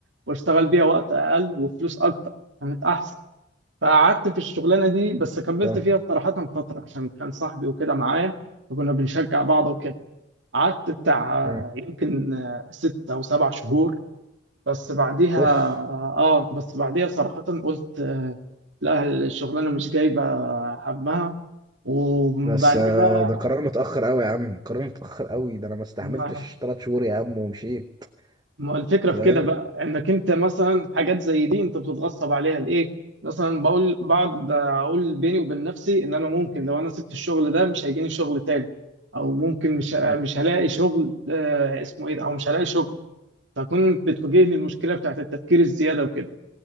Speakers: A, on the right; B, on the right.
A: واشتغل بيها وقت اقل وفلوس اكتر كانت احسن فقعدت في الشغلانه دي بس كملت
B: آه.
A: فيها صراحه فتره عشان كان صاحبي وكده معايا فكنا بنشجع بعض وكده قعدت بتاع
B: مم.
A: آه، يمكن آه، ست او سبع شهور بس بعديها
B: اوف
A: اه بس بعديها صراحة قلت آه، لا الشغلانة مش جايبة همها وبعدين
B: بس آه،
A: بقى
B: ده قرار متأخر قوي يا عم قرار متأخر قوي ده انا ما استحملتش
A: ما,
B: ثلاث شهور يا عم ومشيت
A: ما الفكرة
B: فاهم
A: في كده بقى انك انت مثلا حاجات زي دي انت بتتغصب عليها لإيه مثلا بقول بقعد اقول بيني وبين نفسي ان انا ممكن لو انا سبت الشغل ده مش هيجيني شغل تاني او ممكن مش مش
B: مم.
A: هلاقي شغل آه، اسمه ايه ده، او مش هلاقي شغل فكنت بتواجهني المشكلة بتاعت التفكير الزيادة وكده